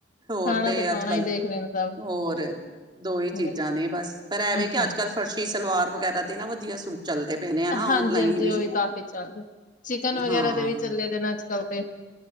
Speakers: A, on the right; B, on the left.
A: ਹੋਰ
B: ਖਾਣਾ
A: ਤੇ
B: ਪਾਣਾ
A: ਅੱਜ ਕੱਲ
B: ਹੀ ਦੇਖ ਰਹੇ ਨੇ ਸਭ
A: ਹੋਰ ਦੋ ਹੀ ਚੀਜ਼ਾਂ
B: ਬਿਲ-
A: ਨੇ ਬਸ ਪਰ ਐਵੇਂ
B: ਅ,
A: ਕਿ
B: ਹਾਂ
A: ਅੱਜ - ਕੱਲ। ਫਰਸ਼ੀ ਸਲਵਾਰ ਵਗੈਰਾ ਦੇ ਨਾ ਵਧੀਆ ਸੂਟ। ਚੱਲਦੇ ਪਏ ਨੇ। ਹਨਾ ਔਨਲਾਈਨ
B: ਹਾਂਜੀ - ਹਾਂਜੀ। ਉਹ ਵੀ ਕਾਫੀ ਚੱਲਦੇ ਚਿਕਨ ਵਗੈਰਾ
A: ਹਾਂ
B: ਦੇ ਵੀ ਚੱਲੇ ਦੇ ਨੇ ਅੱਜ ਕੱਲ ਦੇ।